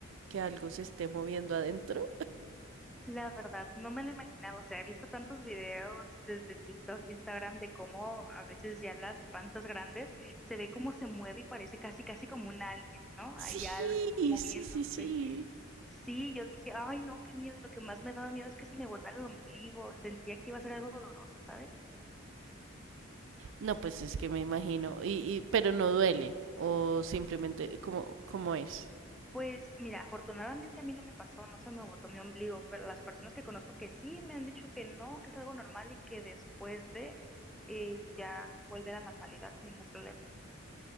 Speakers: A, on the right (about 65°); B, in the centre.
A: que algo se esté moviendo adentro?
B: la verdad, no me lo imaginaba. O sea, he visto tantos videos desde TikTok, Instagram, de cómo a veces ya las panzas grandes se ve cómo se mueve y parece casi, casi como un alien, ¿no?
A: Sí,
B: Hay algo moviéndose.
A: sí, sí, sí.
B: Sí, yo dije, ay, no, qué miedo. Y lo que más me daba miedo es que se me botara el ombligo. Sentía que iba a ser algo doloroso, ¿sabes?
A: No, pues es que me imagino. Y, y, pero no duele. O simplemente, cómo cómo es?
B: Pues mira, afortunadamente a mí no me pasó, no se me botó mi ombligo, pero las personas que conozco que sí me han dicho que no, que es algo normal y que después de eh, ya vuelve a la normalidad sin ningún problema.